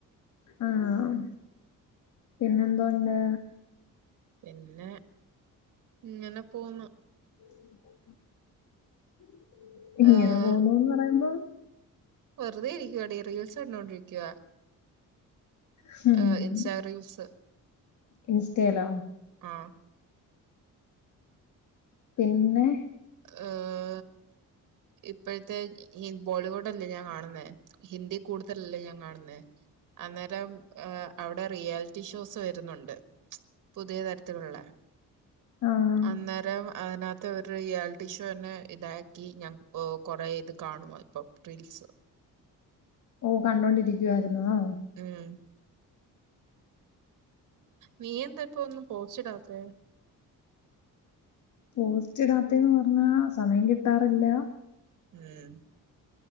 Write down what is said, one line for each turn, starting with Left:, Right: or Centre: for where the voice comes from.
Left: ആഹ് പിന്നെ എന്തോണ്ട്?
Right: പിന്നെ ഇങ്ങനെ പോന്ന്
Left: <inaudible> ഇങ്ങനെ
Right: ഏഹ്
Left: പോന്നുന്ന് പറയുമ്പോ
Right: വെറുതെ ഇരിക്കുവാടീ, റീൽസ് കണ്ടോണ്ടിരിക്കുവാ.
Left: ഹും
Right: ഏഹ് ഇൻസ്റ്റാ റീൽസ്
Left: ഇൻസ്റ്റേലോ?
Right: ആഹ്
Left: പിന്നെ
Right: ആഹ് ഇപ്പോഴത്തെ ഈ ബോളിവുഡ് അല്ലേ ഞാൻ കാണുന്നേ ഹിന്ദി കൂടുതലല്ലേ ഞാൻ കാണുന്നേ, അന്നേരം ആഹ് അവിടെ റിയാലിറ്റി ഷോസ് വരുന്നുണ്ട് <unintelligible> പുതിയ തരത്തിലുള്ള
Left: ആഹ്
Right: അന്നേരം അതിനകത്തെ ഒരു റിയാലിറ്റിഷോന്നെ ഇതാക്കി ഞാ ഓഹ് കൊറേ ഇത് കാണുമാ ഇപ്പൊം റീൽസ്
Left: ഓ കണ്ടോണ്ടിരിക്കുവാരുന്നോ?
Right: ഉം നീ എന്താ ഇപ്പൊ ഒന്നും പോസ്റ്റിടാത്തെ?
Left: പോസ്റ്റ് ഇടാത്തെന്ന് പറഞ്ഞാ സമയം കിട്ടാറില്ല
Right: ഉം